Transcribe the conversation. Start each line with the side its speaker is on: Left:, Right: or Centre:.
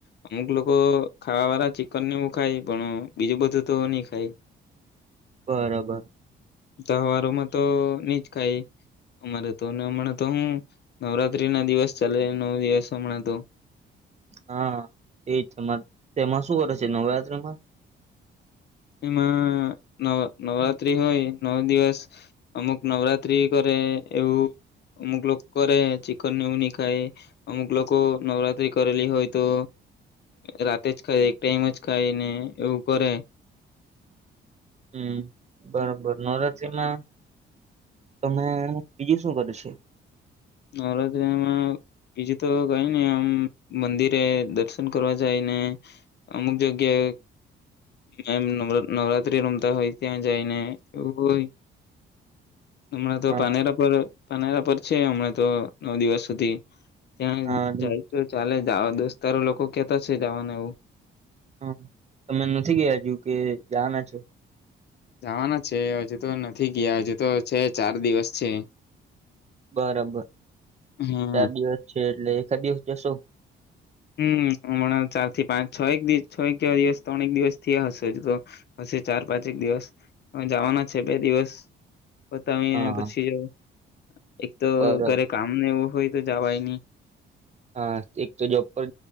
Left: અમુક લોકો ખાવા વાળા ચિકન નેવું ખાય, પણ બીજું બધું તો ની ખાય
Right: બરાબર
Left: તહેવારોમાં તો ની જ ખાય અમારે તો હમણા તો હું નવરાત્રીના દિવસ ચાલે નવ દિવસ હમણા તો
Right: હા, એ જ તેમાં શું કરે છે, નવરાત્રામાં
Left: એમાં નવ નવરાત્રી હોય, નવ દિવસ અમુક નવરાત્રી કરે એવું અમુક લોકો કરે, ચિકન ને એવું ન ની ખાય અમુક લોકો નવરાત્રી કરેલી હોય તો રાતે જ ખાય ને, એક ટાઈમ જ ખાય ને એવું કરે
Right: હમ, બરોબર, નવરાત્રીમાં તમે બીજું શું કરે છે
Left: નવરાત્રીમાં બીજું તો કઈ ને આમ મંદિરે દર્શન કરવા જાયને, અમુક જગ્યાએ એમ નવરાત્રી રમતા હોય, ત્યાં જાયને એવું હોય હમણાં તો
Right: હા
Left: પારનેરા પર, પારનેરા પરછ <inaudible> તો, નવ દિવસ સુધી ત્યાં
Right: હા નું-
Left: જાય તો ચાલે દોસ્તારો લોકો કેતા છે જવાનું એવું.
Right: હ, તમે નથી ગયા હજુ કે જવાના છે?
Left: જવાના છે હજુ તો નથી ગયા હજુ તો છે ચાર દિવસ છે.
Right: બરાબર,
Left: હા
Right: ચાર દિવસ છે. એટલે એકા દિવસ જશો.
Left: હમ હમણાં ચાર થી પાંચ છ એક દિવ છ એકવા દિવસ ત્રણક દિવસ થયા હશે જ તો, હ ચાર પાંચક દિવસ જવાના છે બે દિવસ. પો તમીને
Right: હા
Left: પૂછી જ. <inaudible> એક તો
Right: બરોબર
Left: ઘરે કામ ને એવું હોય. જાવાય ની.
Right: હા. એક તો જોબ પર